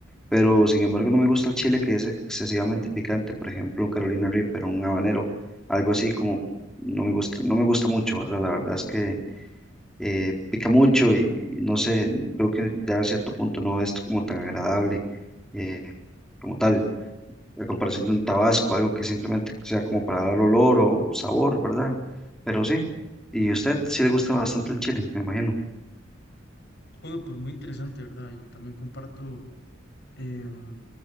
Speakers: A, in the centre; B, on the left.
A: Pero sin embargo no me gusta el chile que es ex- excesivamente picante, por ejemplo un Carolina Reaper o un habanero, algo así como no me gusta, no me gusta mucho, ¿verdad? La verdad es que eh, pica mucho y y no sé, creo que ya a cierto punto no es como tan agradable eh, como tal, a comparación de un tabasco, algo que simplemente sea como para dar olor o sabor, ¿verdad? Pero sí, y a usted sí le gusta bastante el chile, me imagino.
B: Bueno, pues muy interesante, ¿verdad? Y también comparto em,